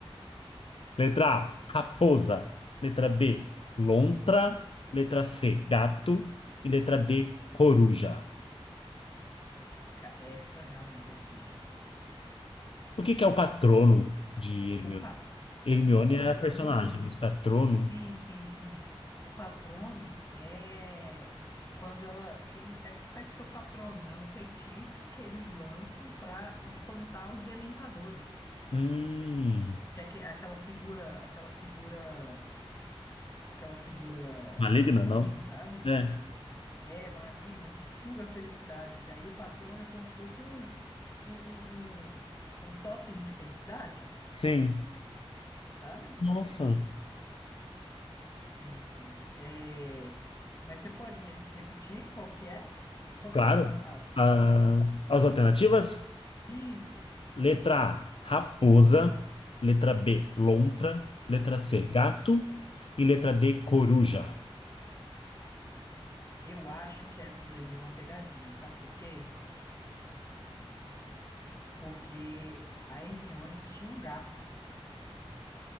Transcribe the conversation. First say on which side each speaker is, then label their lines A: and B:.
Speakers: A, on the left; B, on the left.
A: Letra A, raposa. Letra B, lontra. Letra C, gato. E letra D, coruja.
B: Ca- Essa realmente é difícil.
A: O que que é o patrono de Hermione?
B: O, pa...
A: Hermione
B: o patrono.
A: é a personagem, mas patrono.
B: Sim, sim, sim. O patrono é quando ela tem um expecto patrono é um feitiço que eles lançam para espantar os dementadores,
A: Hum.
B: que é aque- aquela figura, aquela figura, aquela figura
A: Maligna,
B: ruim,
A: não?
B: sabe?
A: É.
B: É maligna que suga a felicidade. E aí o patrono é como se fosse um um, um, um, um tótem de felicidade,
A: Sim.
B: sabe?
A: Nossa.
B: Sim, sim. É, Mas você pode re- repetir qual que é? Qual que
A: Claro.
B: são a- as, as,
A: As,
B: as-
A: as alternativas:
B: Isso.
A: letra A, raposa. Letra B, lontra. Letra C,
B: Uhum.
A: gato. E letra D, coruja.
B: Eu acho que essa daí é uma pegadinha, sabe por quê? Porque a Hermione tinha um gato,